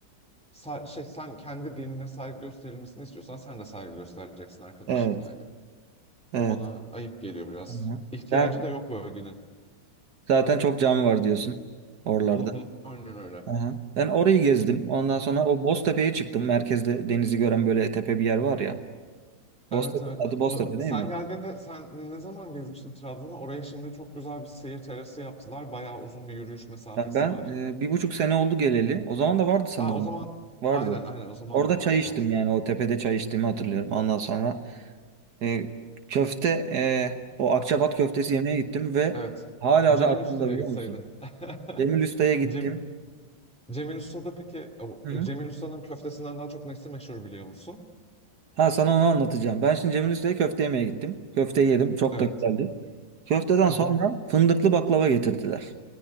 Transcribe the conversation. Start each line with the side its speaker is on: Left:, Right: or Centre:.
Centre: sa- şey sen kendi dinine saygı gösterilmesini istiyorsan sen de saygı göstereceksin arkadaşım
Right: Evet.
Centre: yani.
Right: Evet.
Centre: O bana ayıp geliyor biraz.
Right: Hı hı.
Centre: İhtiyacı
Right: Sen
Centre: da yok bölgenin.
Right: zaten çok cami var diyorsun oralarda.
Centre: Hı hı. Aynen öyle.
Right: Hı Ben orayı gezdim. Ondan sonra o Boztepe'ye çıktım. Merkezde denizi gören böyle tepe bir yer var ya.
Centre: Evet
Right: Boztepe,
Centre: evet.
Right: adı Boztepe
Centre: O,
Right: değil
Centre: sen
Right: mi?
Centre: geldiğinde sen ne zaman gezmiştin Trabzon'a? Oraya şimdi çok güzel bir seyir terası yaptılar. Bayağı uzun bir yürüyüş mesafesi
Right: Ya ben
Centre: var.
Right: e, bir buçuk sene oldu geleli. O zaman da vardı sanırım.
Centre: Aa, o zaman
Right: Vardı.
Centre: aynen aynen o zaman
Right: Orada
Centre: da vardı
Right: çay içtim
Centre: o zaman.
Right: yani o tepede çay içtiğimi hatırlıyorum. Ondan sonra e, köfte e, o Akçabat köftesi yemeye gittim ve
Centre: Evet.
Right: hala
Centre: Cemil
Right: da aklımda
Centre: Usta'ya
Right: biliyor
Centre: gitseydin.
Right: musun?
Centre: <laughs>
Right: Cemil Usta'ya gittim.
Centre: Cem, Cemil Usta'da peki o-
Right: Hı hı.
Centre: Cemil Usta'nın köftesinden daha çok nesi meşhur biliyor musun?
Right: Ha sana onu anlatacağım. Ben şimdi Cemil Usta'ya köfte yemeye gittim. Köfte yedim. Çok
Centre: Evet.
Right: da güzeldi. Köfteden
Centre: Hı
Right: sonra
Centre: hı.
Right: fındıklı baklava getirdiler.